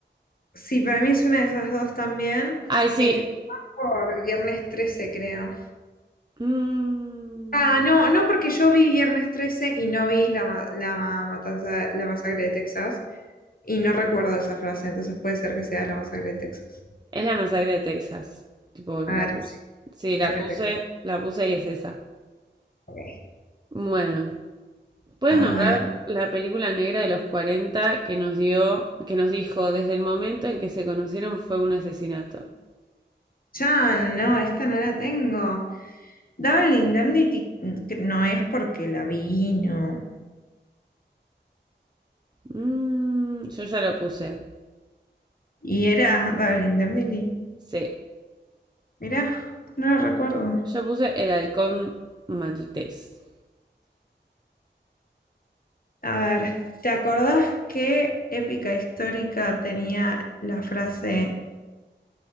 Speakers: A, on the left; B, on the right.
A: sí, para mí es una de esas dos también.
B: Ay, sí.
A: Me inclino más por viernes 13, creo.
B: Mm,
A: Ah, no, no, porque yo vi Viernes 13 y no vi la, ma- la matanza, la masacre de Texas y no recuerdo esa frase, entonces puede ser que sea la masacre de Texas.
B: es la masacre de Texas. Tipo, la
A: A ver,
B: puse.
A: sí,
B: Sí,
A: masacre
B: la puse,
A: de Texas.
B: la puse y es esa.
A: ok.
B: Bueno, ¿puedes
A: A
B: nombrar
A: ver,
B: la película negra de los 40 que nos dio, que nos dijo desde el momento en que se conocieron fue un asesinato?
A: ya no, esta no la tengo. Double Indemnity mm, que no es porque la vi, no.
B: Mm, yo ya lo puse.
A: Y era Double Indemnity.
B: Sí.
A: Mirá, no la recuerdo.
B: Yo puse el halcón maltés.
A: A ver, ¿te acordás que Épica Histórica tenía la frase